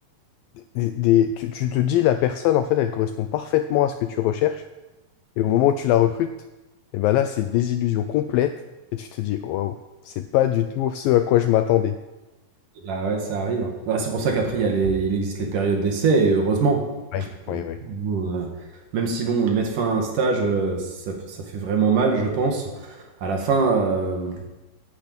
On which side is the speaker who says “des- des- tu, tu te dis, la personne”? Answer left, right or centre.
Left